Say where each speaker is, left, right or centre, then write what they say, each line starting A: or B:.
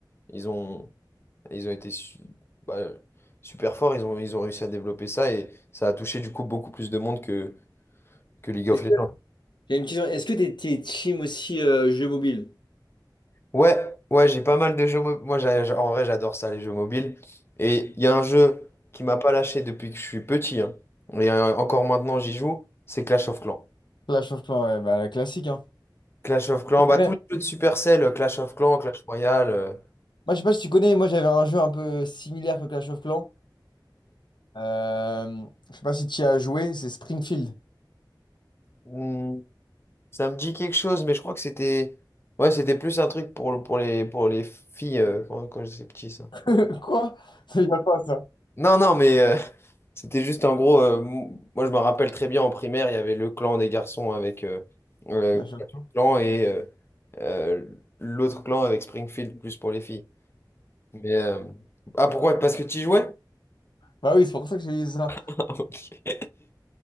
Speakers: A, on the left; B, on the left.
A: ils ont, ils ont été su- bah, euh, super forts, ils ont, ils ont réussi à développer ça et ça a touché du coup beaucoup plus de monde que, que League of
B: Est-ce
A: Legends.
B: que, j'ai une question est-ce que t'es, t'es team aussi euh, jeu mobile?
A: Ouais, ouais, j'ai pas mal de jeux mobiles. Moi, j'a- j'a- en vrai, j'adore ça, les jeux mobiles. Et il y a un jeu qui m'a pas lâché depuis que je suis petit, hein, et euh, encore maintenant j'y joue, c'est Clash of Clans.
B: Clash of Clans, ouais, bah, la classique, hein.
A: Clash of Clans, bah,
B: Ouais.
A: tous les jeux de Supercell, euh, Clash of Clans, Clash Royale. euh,
B: Moi, je sais pas si tu connais, moi j'avais un jeu un peu similaire que Clash of Clans. Euh, je sais pas si tu y as joué, c'est Springfield.
A: hmm. Ça me dit quelque chose, mais je crois que c'était. Ouais, c'était plus un truc pour, pour les, pour les filles euh, quand, quand j'étais petit, ça.
B: <laughs> Quoi? C'est déjà quoi ça?
A: Non, non, mais euh, <laughs> c'était juste en gros. euh, m- moi, je me rappelle très bien en primaire, il y avait le clan des garçons avec euh, euh,
B: Clash of
A: Patrick
B: Clans.
A: Clan et euh, euh, l'autre clan avec Springfield, plus pour les filles. Mais. euh, Ah, pourquoi? Parce que tu y jouais?
B: Bah oui, c'est pour ça que je dit ça.
A: <laughs> Ok,